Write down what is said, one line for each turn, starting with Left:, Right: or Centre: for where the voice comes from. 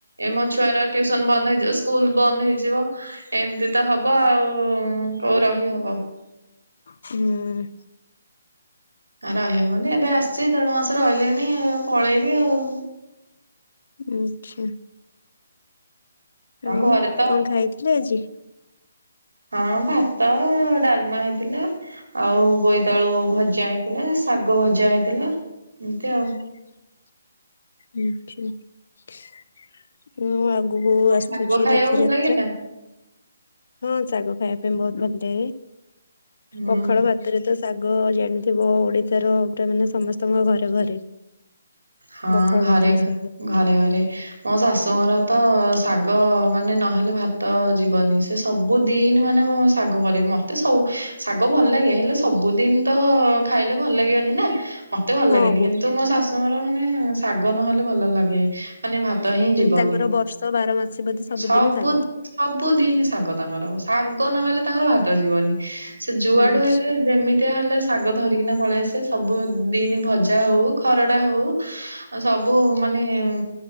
Right: ଏ ମୋ ଛୁଆର ଟିୁସନ ବନ୍ଦ ହେଇଯିବ ସ୍କୁଲ ବନ୍ଦ ହେଇଯିବ। ଏମତି ତ ହବ ଆଉ କୋଉ ରହି ହବ।
Left: ହୁଁ।
Right: ରହିହବନି, ଏବେ ଆସିଚି ଦେଢ ମାସ ରହିଲେଣି ପଳେଇବି ଆଉ।
Left: ଆଛା,
Right: ହଁ
Left: ଆଉ
Right: ଘରେ ତ
Left: କଣ ଖାଇଥିଲେ ଆଜି।
Right: ହଁ ଭାତ ଡାଲମା ହେଇଥିଲା। ଆଉ ବୋଇତାଳୁ ଭଜା ହେଇଥିଲା। ଶାଗ ଭଜା ହେଇଥିଲା, ଏମିତି ଆଉ।
Left: ଁ <inaudible> ଆଛା <unintelligible> ଆଗକୁ ଆସୁଛି
Right: ଶାଗ ଖାଇବାକୁ
Left: ରଥଯାତ୍ରା।
Right: ଭଲ ଲାଗେ ନା
Left: ହଁ ଶାଗ ଖାଇବା ପାଇଁ ବହୁତ ଭଲ ଲାଗେ।
Right: ହୁଁ।
Left: ପଖାଳ ଭାତ ସେଥିରେ ତ ଶାଗ ଜାଣିଥିବ, ଓଡିଶାର ପୁରା ମାନେ ସମସ୍ତଙ୍କ ଘରେ ଘରେ।
Right: ହଁ
Left: ପଖାଳ
Right: ଘରେ
Left: ଭାତକୁ ଶାଗ।
Right: ଘରେ ଘରେ। ମୋ ଶାଶୁଙ୍କର ତ ଶାଗ ମାନେ ନହେଲେ ଭାତ ଯିବନି। ସେ ସବୁ ଦିନ ମାନ ଶାଗ କରିବୁ ମୋତେ ସବୁ ଶାଗ ଭଲ ଲାଗେ ହେଲେ ସବୁଦିନ ତ ଖାଇଲେ ଭଲ ଲାଗିବନି ନା ମତେ ଭଲ
Left: ହଁ
Right: ଲାଗେନି।
Left: ଗୋ
Right: କିନ୍ତୁ ମୋ ଶାଶୁଙ୍କ ର ମାନେ ଶାଗ ନହେଲେ ଭଲ ଲାଗେ ମାନେ ଭାତ ହିଁ ଯିବନି।
Left: ତାଙ୍କର ବର୍ଷ ବାର ମାସି ବୋଧେ ସବୁଦିନ
Right: ସବୁ
Left: ଶାଗ।
Right: ସବୁଦିନ ଶାଗ ତାଙ୍କର ଶାଗ ନହେଲେ ତାଙ୍କର ଭାତ ଯିବନି। ସେ ଯୁଆଡୁ
Left: ଆଚ୍ଛା।
Right: ହେଲେ ଯେମିତି ଏଇଆ ହେଲେ ଶାଗ ଧରିକିନା ପଳେଇ ଆସିବେ ସବୁ ଦିନ ଭଜା ହଉ ଖରଡ଼ା ହଉ। ସବୁ ମାନେ ଉ